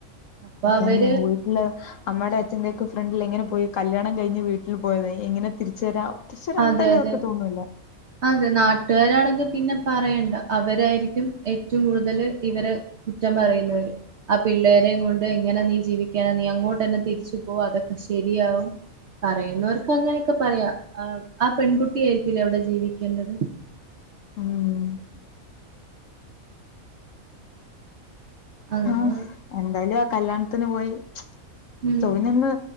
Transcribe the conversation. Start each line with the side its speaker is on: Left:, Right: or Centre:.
Right: അപ്പൊ അവര്
Left: തന്നെ വീട്ടില് അമ്മടെ <unintelligible> ഫ്രണ്ടില് എങ്ങനെ പോയി കല്യാണം കഴിഞ്ഞ് വീട്ടില് പോയതാ എങ്ങനെ തിരിച്ച് വരാ തിരിച്ചു വരാൻ
Right: അതെ
Left: എന്തായാലും
Right: അതെ
Left: അവർക്ക് തോന്നൂല്ല
Right: അതെ നാട്ടാരാണെങ്കി പിന്നെ പറയണ്ട അവരായിരിക്കും ഏറ്റവും കൂടുതല് ഇവരെ കുറ്റം പറയുന്നവര് ആ പിള്ളേരേം കൊണ്ട് എങ്ങനെ നീ ജീവിക്കാനാ നീ അങ്ങോട്ടന്നെ തിരിച്ച് പോ അതൊക്കെ ശെരിയാവും പറയുന്നോർക്ക് അങ്ങനെക്കെ പറയാ ആ ആ പെൺകുട്ടി ആയിരിക്ക്ലെ അവടെ ജീവിക്കേണ്ടത്
Left: ഹ്മ്മ്
Right: അങ്ങ്
Left: ആഹ് എന്തായാലും ആ കല്യാണത്തിന് പോയി <unintelligible>
Right: ഉം
Left: നൊന്ന്